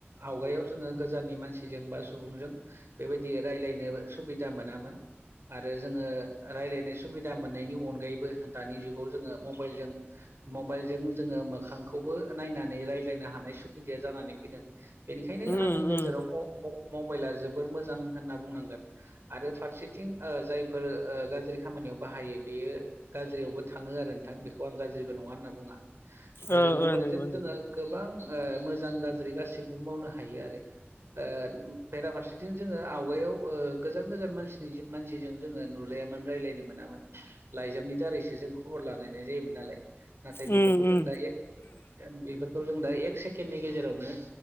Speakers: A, on the right; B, on the left.
A: आवगायाव जोङो गोजाननि मान सिजों बा सुबुंजों बेबायदि रायज्लायनो सुबिदा मोनामोन। आरो जोङो रायज्लायनाय सुबिदा मोननायनि अनगायैबो दानि जुगाव जोङो मबाइलजों मबाइलजों जोङो मोखांखौबो नायनानै रायज्लायनो हानाय सुबिदाया जानानै फैदों। बेनिखायनो
B: उम
A: आंनि नोजोराव
B: उम
A: म-म-मबाइला जोबोर मोजां होनना बुंनांगोन। आरो फारसेथिं ओ जायफोर ओ गाज्रि खामानियाव बाहायो बेयो गाज्रियावबो थाङो आरो नोंथां बेखौ आं गाज्रिबो नङा होनना बुङा आरो
B: ओ
A: मबाइलजों
B: ओ नंगौ नंगौ
A: जोङो गोबां ओ मोजां गाज्रि गासैखौबो मावनो हायो आरो। ओ बेराफारसेथिं जोङो आवगायाव ओ गोजान गोजान मानसिनि मानसिजों जोङो नुलायामोन रायज्लायनो मोनामोन लाइजामनि दारैसो जों खबर लालायनाय जायोमोन नालाय। नाथाय
B: उम
A: बेफोरखौ
B: उम
A: जों दायो बेफोर बेखौ जों दा एक सेकेणडनि गेजेरावनो